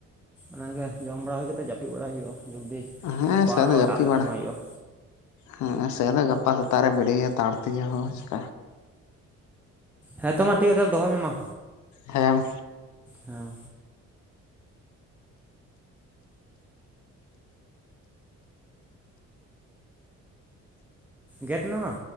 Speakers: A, in the centre; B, on the left.
A: ᱚᱱᱟᱜᱮ ᱡᱚᱢ ᱵᱟᱲᱟ ᱦᱩᱭ ᱠᱟᱛᱮ ᱡᱟᱹᱯᱤᱫ ᱵᱟᱲᱟ ᱦᱩᱭᱩᱜᱼᱟ ᱡᱚᱞᱫᱤ
B: ᱦᱮᱸ
A: ᱜᱟᱯᱟ
B: ᱥᱮ
A: ᱟᱨᱦᱚ
B: ᱟᱫᱚ
A: ᱮᱴᱟᱜ
B: ᱡᱟᱹᱯᱤᱫ
A: ᱥᱮᱫ
B: ᱵᱟᱲᱟ
A: ᱥᱮᱱᱚᱜ ᱦᱩᱭᱩᱜᱼᱟ᱾
B: ᱦᱮᱸ ᱥᱮ ᱛᱚ ᱜᱟᱯᱟ ᱥᱮᱛᱟᱜ ᱨᱮ ᱵᱮᱨᱮᱫ ᱦᱩᱭᱩᱜ ᱼᱟ᱾ ᱛᱟᱲ ᱛᱮᱜᱮ ᱦᱚᱸᱦᱚᱸ ᱦᱚᱪᱚ,
A: ᱦᱮᱸᱛᱚ ᱢᱟ ᱴᱷᱤᱠ ᱜᱮᱭᱟ ᱛᱟᱸᱦᱞᱮ ᱫᱚᱦᱚᱭ ᱢᱮ ᱢᱟ᱾
B: ᱦᱮᱸ
A: ᱦᱮᱸ ᱜᱮᱫ ᱢᱮ ᱢᱟ᱾